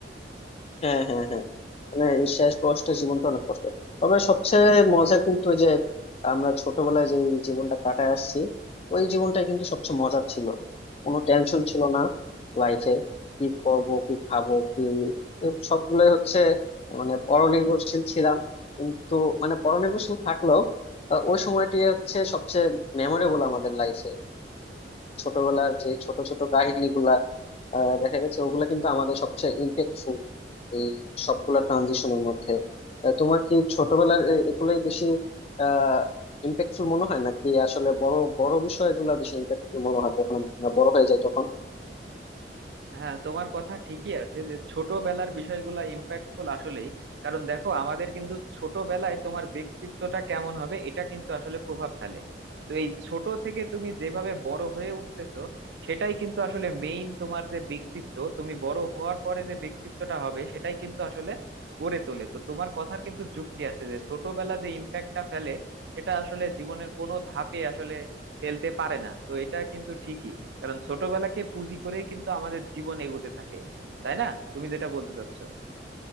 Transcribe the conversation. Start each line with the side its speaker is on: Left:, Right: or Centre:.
Left: হ্যাঁ হ্যাঁ হ্যাঁ মানে এই শেষ বয়সটা জীবনটা অনেক কষ্টের তবে সবচেয়ে মজার কিন্তু ওই যে আমরা ছোটবেলায় যে জীবনটা কাটায় আসছি ওই জীবনটাই কিন্তু সবচেয়ে মজার ছিল কোনো টেনশন ছিল না লাইফে কি করব কি খাবো কি সবগুলোই হচ্ছে মানে পরনির্ভরশীল ছিলাম কিন্তু মানে পরনির্ভরশীল থাকলেও আহ, ওই সময়টি হচ্ছে সবচেয়ে মেমোরেবল আমাদের লাইফে ছোটবেলার যে ছোট ছোট কাহিনীগুলা আহ, দেখা গেছে ওগুলা কিন্তু আমাদের সবচেয়ে ইম্প্যাক্টফুল এই সবগুলা ট্রানজিশনের মধ্যে আহ, তোমার কি ছোটবেলার এ- এগুলাই বেশি আহ ইম্প্যাক্টফুল মনে হয় নাকি আসলে বড় বড় বিষয়গুলো বেশি ইম্প্যাক্টফুল মনে হয় যখন আমরা বড় হয়ে যাই তখন
Right: হ্যাঁ তোমার কথা ঠিকই আছে যে ছোটবেলার বিষয়গুলো ইম্প্যাক্টফুল আসলেই কারণ দেখো আমাদের কিন্তু ছোটবেলায় তোমার ব্যক্তিত্বটা কেমন হবে এটা কিন্তু আসলে প্রভাব ফেলে তো এই ছোট থেকে তুমি যেভাবে বড় হয়ে উঠতেছো সেটাই কিন্তু আসলে মেইন তোমার যে ব্যক্তিত্ব তুমি বড় হওয়ার পরে যে ব্যক্তিত্বটা হবে সেটাই কিন্তু আসলে গড়ে তোলে তো তোমার কথার কিন্তু যুক্তি আছে যে ছোটবেলা যে ইম্প্যাক্টটা ফেলে সেটা আসলে জীবনের কোনো ধাপে আসলে ফেলতে পারে না তো এটা কিন্তু ঠিকই কারণ ছোটবেলাকে পুঁজি করেই কিন্তু আমাদের জীবন এগোতে থাকে তাই না তুমি যেটা বলতে চাচ্ছ